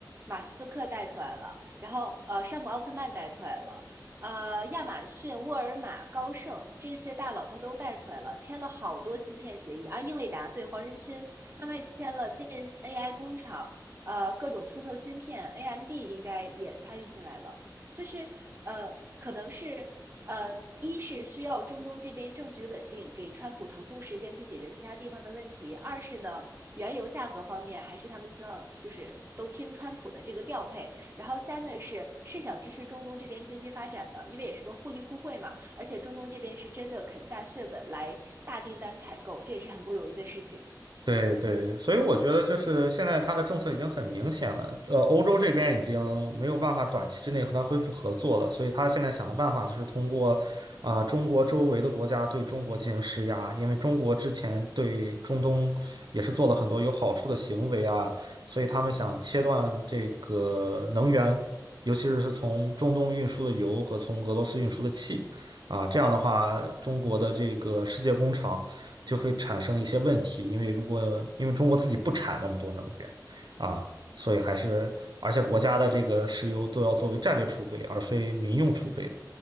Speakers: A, on the right (about 30°); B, on the right (about 70°).
A: 马斯克带出来了，然后呃山姆奥特曼带出来了，呃亚马逊、沃尔玛、高盛这些大佬他都带出来了，签了好多芯片协议啊，英伟达对黄仁勋，他们还签了建 AI 工厂，呃各种出售芯片，AMD 应该也参与进来了。就是呃，可能是呃，一是需要中东这边政局稳定，给川普腾出时间去解决其他地方的问题；二是呢，原油价格方面还是他们希望就是都听川普的这个调配；然后三呢是是想支持中东这边经济发展的，因为也是个互利互惠嘛，而且中东这边是真的肯下血本来大订单采购，这也是很不容易的事情。
B: 对对，所以我觉得就是现在它的政策已经很明显了，呃，欧洲这边已经没有办法短期之内和它恢复合作了，所以他现在想的办法就是通过啊、中国周围的国家对中国进行施压，因为中国之前对中东也是做了很多有好处的行为啊，所以他们想切断这个能源，尤其是是从中东运输的油和从俄罗斯运输的气啊，这样的话，中国的这个世界工厂。就会产生一些问题，因为如果因为中国自己不产那么多能源啊，所以还是而且国家的这个石油都要作为战略储备，而非民用储备的，